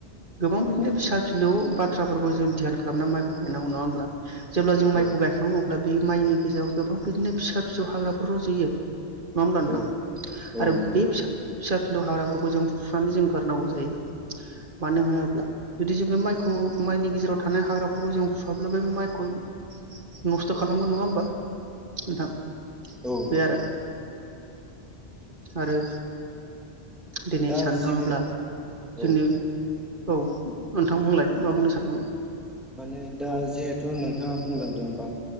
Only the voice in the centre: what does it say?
औ
नंगौ
औ
औ
नंगौ
औ
नोंगौ
नोंथां।
दा
जिहे
औ
माने दा जिहेथु नोंथाङा बुंलांदोंबा